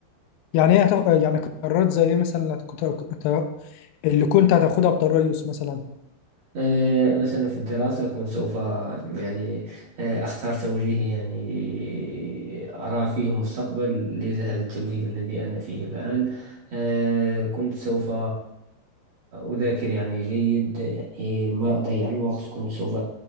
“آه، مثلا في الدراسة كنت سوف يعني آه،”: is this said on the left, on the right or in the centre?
Right